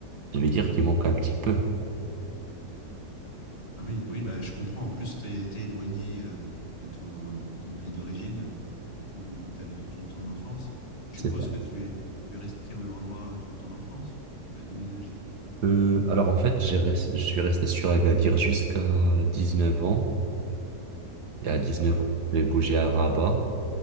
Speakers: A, on the right; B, on the left.
A: je vais dire qu'il manque un petit peu.
B: D'accord. Ah oui, oui, bah, je comprends. En plus, tu es, éloigné euh, de ton, ton pays d'origine euh, où tu as vécu toute ton enfance. Je
A: C'est
B: suppose
A: un
B: que tu es, tu es resté au même endroit hein, toute ton enfance ou tu as déménagé?
A: peu- Alors en fait, j'ai res- je suis resté sur Agadir jusqu'à 19 ans. Et à 19
B: Enfin,
A: ans, j'ai bougé à Rabat